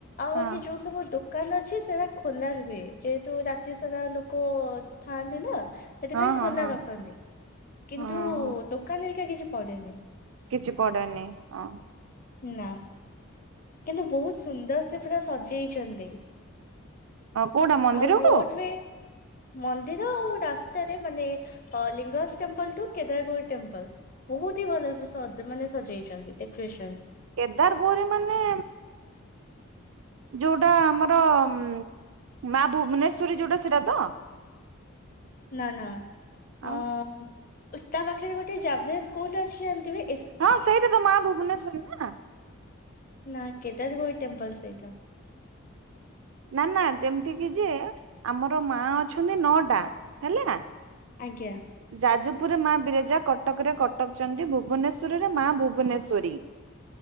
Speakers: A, on the left; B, on the right.
A: ଆଁ
B: ହଁ
A: ବାକି ଯଉ ସବୁ ଦୋକାନ ଅଛି ସେଟା ଖୋଲା ରୁହେ ଯେହେତୁ ରାତି ସାରା ଲୋକ ଥାଆନ୍ତି ନା ସେଥିପାଇଁ
B: ହଁ ହଁ
A: ଖୋଲା
B: ହଁ
A: ରଖନ୍ତି। କିନ୍ତୁ
B: ହଁ ହଁ
A: ଦୋକାନ ହେରିକା କିଛି ପଡେନି।
B: କିଛି ପଡେନି ହ।
A: ନା। କିନ୍ତୁ ବହୁତ ସୁନ୍ଦର ସେ ପୁରା ସଜେଇଛନ୍ତି।
B: କୋଉଟା ମନ୍ଦିରକୁ
A: ଆଉ ରୋଜ ରେ ମନ୍ଦିର ଆଉ ରାସ୍ତାରେ ମାନେ ଅ ଲିଙ୍ଗରାଜ ଟେମ୍ପଲୁ ଠୁ କେଦାରଗୋଭରୀ ଟେମ୍ପଲ ବହୁତ ହି ଭଲ ସେ ମାନେ ସଜେଇଛନ୍ତି ଡେକୋରେସନ।
B: କେଦାର ଗୌରି ମାନେ ଯୋଉଟା ଆମର ଉ ମା ଭୁବନେଶ୍ଵରୀ ଯୋଉଟା ସେଟା ତ?
A: ନା ନା ଅ
B: ଆଉ
A: ଉସ୍ତା ତା ପାଖରେ ଗୋଟେ ଜାଭିଅର ସ୍କୁଲ ଅଛି ଯାଣିଥିବ?
B: ହଁ ସେଇଠା ତ ମା ଭୁବନେଶ୍ଵର ନା
A: ନା କେଦାର ଗୌଡ଼ ଟେମ୍ପଲ ସେଇଟା।
B: ନା ନା ଯେମିତି କିି ଯେ ଆମର ମା ଅଛନ୍ତି ନଅଟା ହେଲା।
A: ଆଜ୍ଞା।
B: ଯାଜପୁରରେ ମା ବିରଜା କଟକ ରେ କଟକଚଣ୍ଡୀ ଭୁବନେଶ୍ଵର ରେ ମା ଭୁବନେଶ୍ଵରୀ।